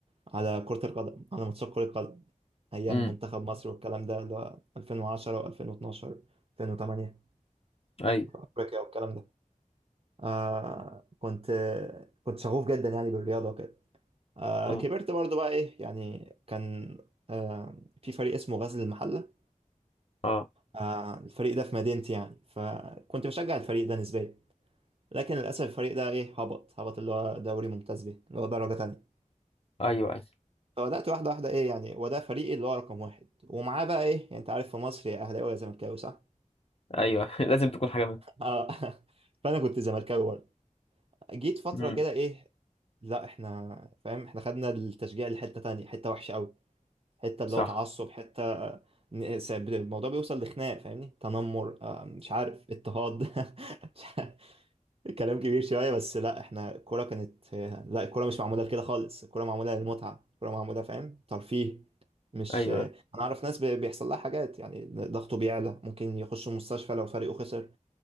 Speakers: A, on the right (about 45°); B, on the left (about 45°).
A: على كرة القدم على ماتشات كرة قدم أيام
B: امم
A: منتخب مصر والكلام ده اللي هو 2010 و2012 2008
B: ايوه
A: في أفريقيا والكلام ده آه كنت كنت شغوف جدا يعني بالرياضة وكده آه
B: اه
A: كبرت برضو بقى إيه يعني كان آه في فريق اسمه غزل المحلة
B: اه
A: آه الفريق ده في مدينتي يعني فكنت بشجع الفريق ده نسبيا لكن للأسف الفريق ده إيه هبط هبط اللي هو دوري ممتاز به اللي هو درجة تانية
B: ايوه ايوه
A: فبدأت واحدة واحدة ايه يعني وده فريقي اللي هو رقم واحد ومعاه بقى ايه يعني انت عارف في مصر يا اهلاوي يا زملكاوي صح؟
B: ايوه <laughs> لازم تكون حاجة منهم
A: اه <laughs> فانا كنت زملكاوي برضه جيت فترة
B: امم
A: كده ايه لا احنا فاهم احنا خدنا التشجيع لحتة تانية حتة وحشة قوي حتة اللي
B: صح
A: هو تعصب حتة آه، ن- س- الموضوع بيوصل لخناق فاهمني تنمر آه، مش عارف اضطهاد <laughs> مش عارف. كلام كبير شوية بس لا احنا الكورة كانت لا الكورة مش معمولة لكده خالص الكورة معمولة للمتعة الكورة معمولة فاهم ترفيه مش
B: ايوه
A: انا اعرف ناس بي- بيحصل لها حاجات يعني ضغطه بيعلى ممكن يخش المستشفى لو فريقه خسر